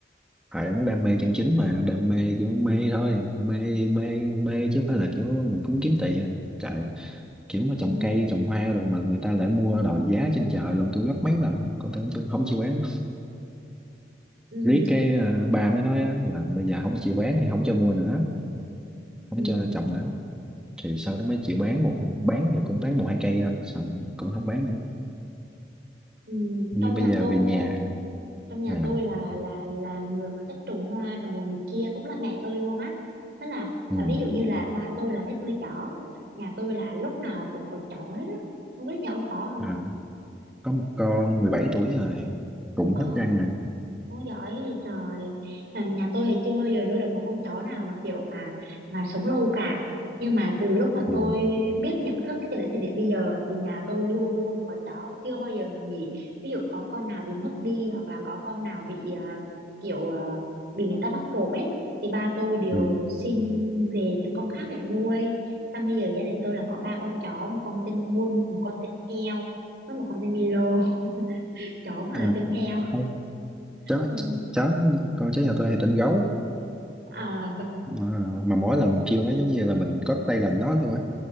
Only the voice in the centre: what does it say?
phải ổng đam mê chân chính mà đam mê kiểu mê thôi mê mê mê chứ không phải là kiểu mình cũng kiếm tiền trời kiểu mà trồng
cây trồng hoa rồi mà người ta lại mua đòi giá trên trời luôn tôi gấp mấy lần còn tôi không, không chịu bán
riết cái ờ, bà mới nói á, là bây giờ không chịu bán thì không cho mua nữa không
cho trồng nữa thì sau đó mới chịu bán một bán thì cũng bán một hai cây thôi xong cũng không bán nữa
như
bây
giờ
về nhà
à,
ừ,
à, có một con 17 tuổi rồi cũng
hết răng nè
ừ,
ừ.
À,
ê, chó
ch- chó con chó nhà tôi thì tên gấu
mà, mà mỗi lần mình kêu nó giống như là mình gót tay làm nó luôn á